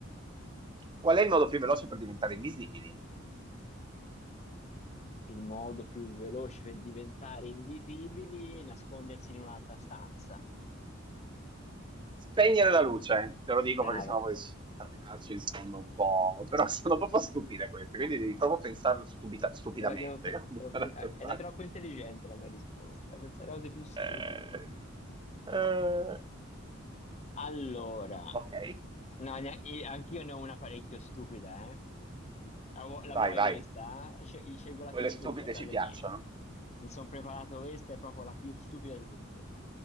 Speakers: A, on the right; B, on the left.
A: Qual è il modo più veloce per diventare invisibili?
B: Il modo più veloce per diventare invisibili è nascondersi in un'altra stanza.
A: Spegnere la luce, te lo dico
B: Bravo.
A: perché sennò poi ci- arrivarci insomma un po'... Però sono proprio stupide queste, quindi devi proprio pensare stupida- stupidamente.
B: Devo- devo-
A: <laughs> Cominciare
B: devo-
A: a
B: eh,
A: pensare.
B: era troppo intelligente la mia risposta, devo pensare a cose più stupide.
A: Eh, eh,
B: Allora,
A: ok,
B: no, ne- io- anch'io ne ho una parecchio stupida, eh. La, vu- la
A: vai,
B: vuoi
A: vai.
B: questa? Sce- scelgo la
A: Quelle
B: più stupida
A: stupide
B: fra
A: ci
B: le
A: piacciono.
B: mie. Mi sono preparato questa, è proprio la più stupida di tutte.